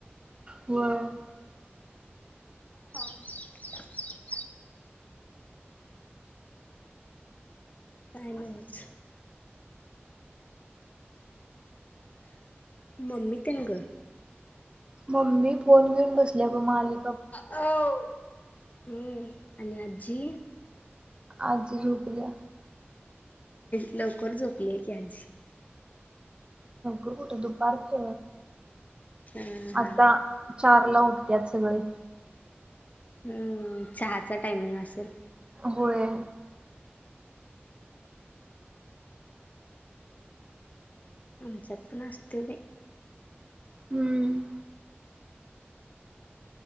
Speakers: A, on the right; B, on the left.
A: व
B: ह टनज मम्मी तिन ग
A: मम्मी फोन घेऊन बसल्या ग माले
B: हम् आणिनी
A: अज झुकलया
B: लवकर झोपली आहे की यांचीी
A: कर कुठ दुपारच
B: हम्म
A: आता
B: हम
A: चार ला उठतेत सगळे
B: हम्म चहाचा टायमिंग असेल
A: होय
B: आमच्यात ना असते
A: हम्म